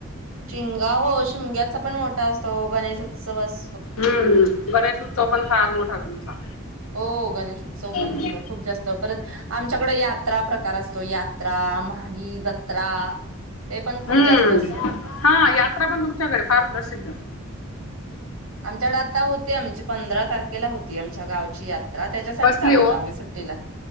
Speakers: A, on the right; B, on the left.
A: मं गा हो शिमग्याचा पण मोठा असतो, गणेश उत्सव अस
B: हूं गणेशउत्स तो पण फार मोठा तुमचा.
A: हो गणेशोत्सव
B: हम्म.
A: पण म्हणल परत आमच्या यात्रा प्रकार असतो यात्र आ म्हागी, जत्रा ते पण खूप
B: हम्म
A: जास्त असत.
B: हा यात्रा पण तुमच्याकडे फार प्रसिद्ध
A: आमच्या कड आाता होती आमची पंधरा तारखेला होती आमच्या गावची यात त्याच्यासाठी
B: कसली
A: आलो
B: हो
A: होतो. आम्ही सुट्टीला,